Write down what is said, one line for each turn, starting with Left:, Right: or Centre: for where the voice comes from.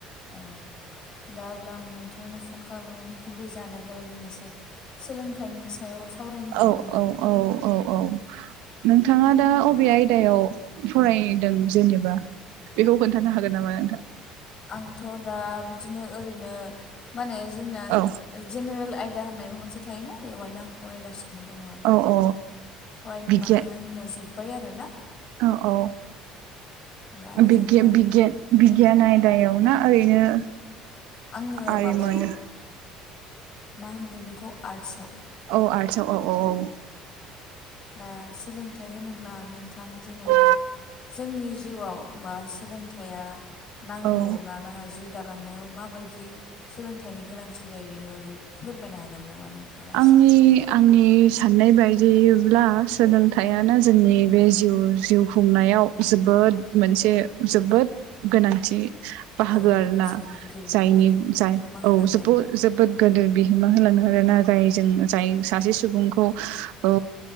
Left: औ दा अब्ला आं नोंथांनो फ फन खालामनायनि गुबै जानो जाबाय जों एसे सोलोंथाइनि सायाव सावरायनि
Right: औ
Left: नामा नोंथां
Right: औ औ औ औ नोंथाङा दा अबे आयदायाव फरायदों जेनेबा? बेखौ खोन्थानो हागोन नामा नोंथाङां?
Left: आंथ' दा बिदिनो ओरैनो माने जोंना
Right: औ
Left: जेनेरेल आयदा होननायबो मोन थायोना बेवहायनो आं फरायगासिनो दङ आरो
Right: औ औ
Left: फरायनो
Right: बिगियान
Left: माने आंनिया जोब जोब्बाय आरो ना
Right: औ औ
Left: दा
Right: बिगि
Left: जोंना
Right: बिगियान बिगियान आयदा बिदायाव ना ओरैनो
Left: आङो
Right: आरिमु
Left: माबायाव मा होनगोन बेखौ आर्टसआव
Right: औ आरटस आव औ औ औ
Left: दा सोलोंथाइ होनो अब्ला नोंथां जेनेबा
Right: औ
Left: जोंनि जिउआव बा सोलों थाइआ नांगौ
Right: औ
Left: ना नाङा जिउ दालांनायाव मा बायदि सोलोंथाइ फिथाइनि गोनांथि जायो बेनि बागै फोरमायनो हागोन नामा नोंथाङा एसे
Right: आंनि आंनि साननाय बायदिब्ला सोलोंथाइयानो जोंनि बे जिउ जिउ खुंनायाव जोबोद मोनसे जोबोद गोनांथि बाहागो
Left: औ
Right: आरो
Left: मोनसे
Right: ना
Left: गिदिर
Right: जायनि
Left: गिदिर
Right: जाय
Left: बिहोमा होलाङो
Right: औ जोबो
Left: आरोना औ
Right: जोबोद गोदो बि मा होलांनो आरो ना जाय जों जाय सासे सुबुंखौ औ